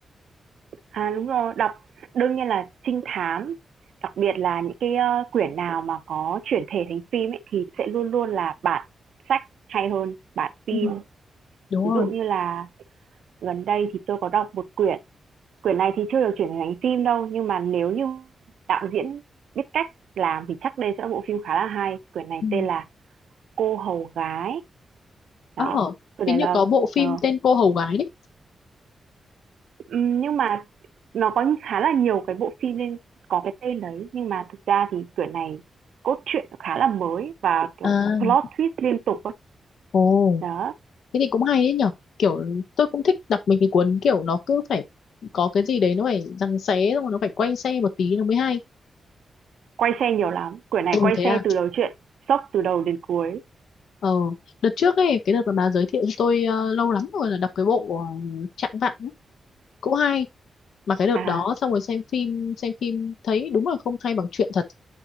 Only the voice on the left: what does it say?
ừ, đúng
rồi
ừ.
ờ
hình
như
có bộ phim
tên cô hầu gái đấy
à
ồ
thế thì cũng hay đấy nhở kiểu tôi cũng thích đọc mấy cái cuốn kiểu nó cứ phải có cái gì đấy nó phải giằng xé xong rồi nó phải quay xe một tí nó mới hay
ừ
thế à
ờ đợt trước ấy cái đợt mà bà giới thiệu cho tôi ờ, lâu lắm rồi là đọc cái bộ uh, Trạng Vạng ấy, cũng hay mà cái đợt
đó xong rồi xem phim xem phim thấy đúng là không hay bằng truyện thật